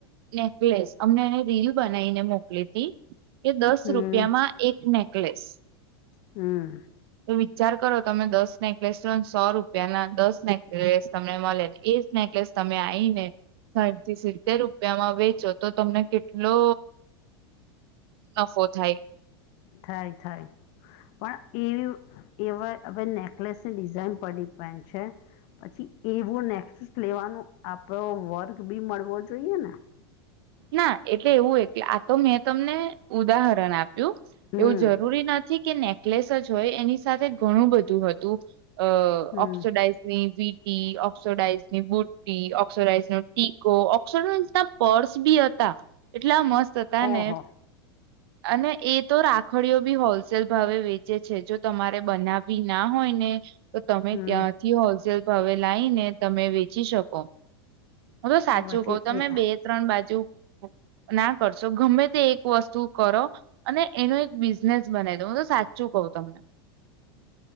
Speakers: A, on the right; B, on the left.
A: નેકલેસ, અમને એને રીલ બનાવીને મોકલી તી. કે દસ
B: હમ
A: રૂપિયામાં એક નેકલેસ.
B: હમ.
A: તો વિચાર કરો, તમે દસ નેકલેસ સો રૂપિયા ના દસ નેકલેસ તમને મળેને એ નેકલેસ તમે આઈ ને. સાથી સિત્તેર રૂપિયામાં વેચો, તો તમને કેટલો નફો થાય.
B: થાય, થાય, પણ એવી એવા હ નેક પ્લેસ ડીઝાઇન પર ડિપેન્ડ છે. પછી એવું નેક્સસ લેવાનું, આપણો વર્ગ બી મળવો જોઈએ ને?
A: ના, એટલે એવું, એ આ તો મેં તમને ઉદાહરણ આપ્યું.
B: હમ
A: એવું જરૂરી નથી કે નેકલેસ જ હોય, એની સાથે ઘણું બધું હતું.
B: હમ
A: ઓક્સડાઇઝની વટ. ઓક્સઝની બુટ્ટી, ઓક્સડાઝ નો ટીકો, ઓક્સરડાઇઝ ના પર્સ બી હતા, એટલા મસ્ત હતા
B: ઓહો
A: ને. અને એ તો રાખડીઓ બી હોલસેલ ભાવે વેચે છે, જો તમારે બનાવી ના હોય ને. તો તમે
B: હમ
A: ત્યાંથી હોલસેલ ભાવે લાવીને, તમે વેચી શકો. હું તો સાચું
B: પછી
A: કઉ, તમે
B: એ
A: બે-ત્રણ બાજુ ના કરશો, ગમે તે એક વસ્તુ કરો. અને એનો એક બિઝનેસ બનાવી દો, હું તો સાચું કઉ તમને.